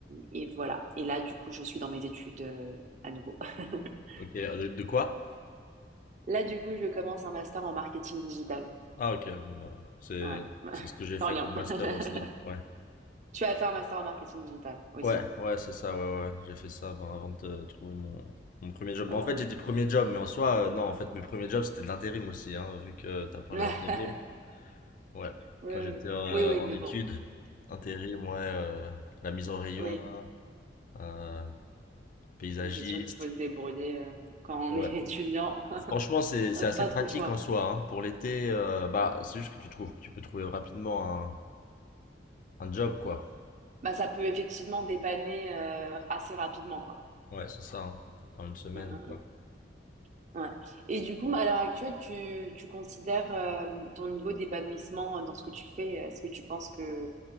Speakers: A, on the right; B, on the left.
A: et voilà. Et là, du coup, je suis dans mes études euh, à nouveau. <laughs>
B: Ok, de, de quoi?
A: Là, du coup, je commence un master en marketing digital.
B: Ah, ok, bon, bah, c'est
A: Ouais, <laughs>
B: c'est ce que j'ai
A: sans
B: fait
A: lien.
B: comme master
A: <laughs>
B: aussi. Ouais.
A: Tu vas faire un master en marketing digital aussi.
B: Ouais, ouais, c'est ça, ouais, ouais. J'ai fait ça ben, avant de trouver mon, mon premier job.
A: Oh,
B: Bah, en fait, j'ai
A: ok.
B: dit premier job, mais en soi, euh, non, en fait, mes premiers jobs, c'était de l'intérim aussi, hein, vu que t'as parlé
A: <laughs>
B: d'intérim. Ouais,
A: Oui,
B: quand
A: oui,
B: j'étais euh,
A: oui, oui,
B: en
A: mais
B: études,
A: bon.
B: intérim, ouais, euh, la mise en rayon,
A: Oui,
B: euh, paysagiste.
A: oui, c'est sûr qu'il faut se débrouiller euh, quand
B: Ouais.
A: on est <laughs> étudiant.
B: Franchement, c'est
A: On
B: c'est
A: n'a
B: assez
A: Pas
B: pratique
A: trop le choix.
B: en soi. hein. Pour l'été, euh, bah, c'est juste que tu trouves, tu peux trouver rapidement un, un job, quoi.
A: Bah, ça peut effectivement dépanner euh, assez rapidement, quoi.
B: Ouais, c'est ça, hein. En une semaine,
A: Mm, mm,
B: quoi.
A: mm. Ouais. Et du coup, à l'heure actuelle, tu, tu considères euh, ton niveau d'épanouissement dans ce que tu fais? Est-ce que tu penses que